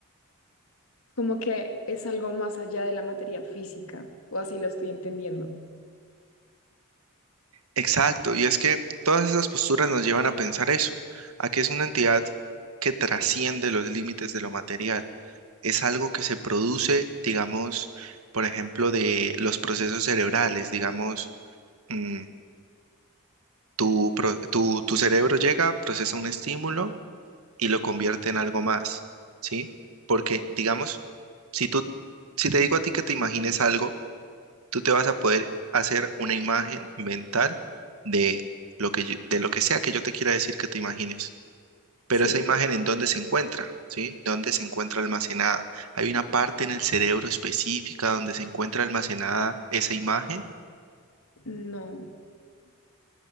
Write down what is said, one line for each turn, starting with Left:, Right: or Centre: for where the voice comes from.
Left: como que es algo más allá de la materia física, o así lo estoy entendiendo.
Right: Exacto, y es que todas esas posturas nos llevan a pensar eso, a que es una entidad que trasciende los límites de lo material. Es algo que se produce, digamos, por ejemplo, de los procesos cerebrales, digamos, mm, tu, pro- tu tu cerebro llega, procesa un estímulo, y lo convierte en algo más, ¿sí? Porque, digamos, si tú, si te digo a ti que te imagines algo, tú te vas a poder hacer una imagen mental de lo que yo- de lo que sea que yo te quiera decir que te imagines.
Left: Sí.
Right: Pero esa imagen en dónde se encuentra, ¿sí? ¿Dónde se encuentra almacenada? Hay una parte en el cerebro específica donde se encuentra almacenada esa imagen.
Left: No.